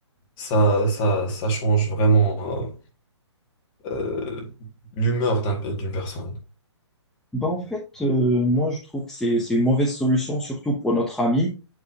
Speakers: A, on the left; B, in the centre.
A: Ça, ça, ça change vraiment. euh, euh, l'humeur d'un- d'une personne.
B: bah en fait, euh, moi, je trouve que c'est, c'est une mauvaise solution, surtout pour notre ami,